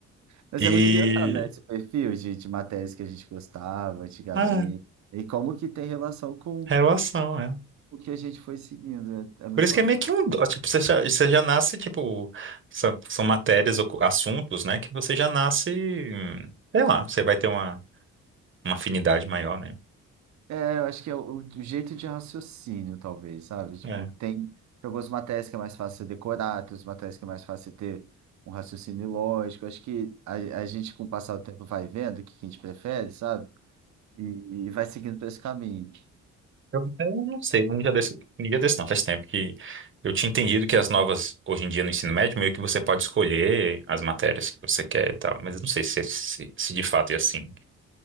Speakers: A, on the right; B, on the right.
A: Mas
B: E.
A: é muito engraçado, né? Esse perfil de, de matérias que a gente gostava antigamente.
B: Ah,
A: E como que tem relação com
B: relação, é.
A: o que a gente foi seguindo. É, é muito
B: Por isso
A: bacana.
B: que é meio que um. dó, Tipo, você já, você já nasce, tipo. São, são matérias ou co- assuntos, né? Que você já nasce. hum, Sei lá, você vai ter uma, uma afinidade maior, né?
A: É, eu acho que é o, o jeito de raciocínio, talvez, sabe? Tipo,
B: É.
A: tem, tem algumas matérias que é mais fácil você decorar, tem outras matérias que é mais fácil você ter um raciocínio lógico. Eu acho que a, a gente, com o passar do tempo, vai vendo o que que a gente prefere, sabe? E, e vai seguindo por esse caminho.
B: Eu até não sei, um dia desse, um dia desse não, faz tempo que eu tinha entendido que as novas, hoje em dia no ensino médio, meio que você pode escolher as matérias que você quer e tal, mas eu não sei se, se, se de fato é assim.